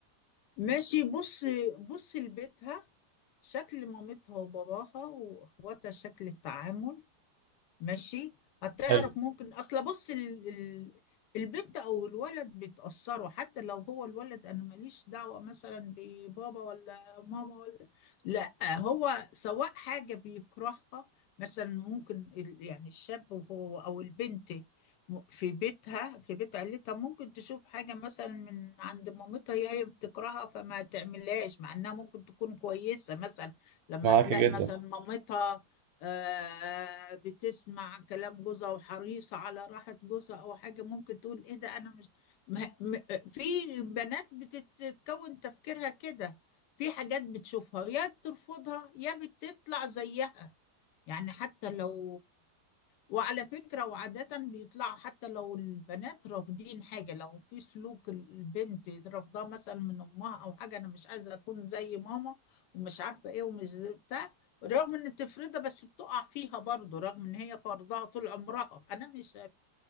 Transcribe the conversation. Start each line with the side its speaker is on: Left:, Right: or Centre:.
Left: ماشي بص بص لبيتها شكل مامتها وباباها واخواتها شكل التعامل ماشي هتعرف
Right: حلو
Left: ممكن اصل بص ال... ال... البنت او الولد بيتأثروا حتى لو هو الولد انا ماليش دعوة مثلا ببابا ولا ماما ولا لا هو سواء حاجة بيكرهها مثلا ممكن ال... يعني الشاب وهو او البنت م- في بيتها في بيت عيلتها ممكن تشوف حاجة مثلا من عند مامتها هي هي بتكرهها فما تعملهاش مع انها ممكن تكون كويسة مثلا لما
Right: معاك
Left: تلاقي
Right: جدا
Left: مثلا مامتها آه، بتسمع كلام جوزها وحريصة على راحة جوزها أو حاجة ممكن تقول إيه ده أنا مش ما م... في بنات بتتكون تفكيرها كده في حاجات بتشوفها يا بترفضها يا بتطلع زيها يعني حتى لو وعلى فكرة وعادة بيطلعوا حتى لو البنات رافضين حاجة لو في سلوك البنت رافضاه مثلا من أمها أو حاجة أنا مش عايزة أكون زي ماما ومش عارفة إيه ومش زي بتاع رغم إن تفرضها بس بتقع فيها برضه رغم إن هي فرضها طول عمرها أنا مش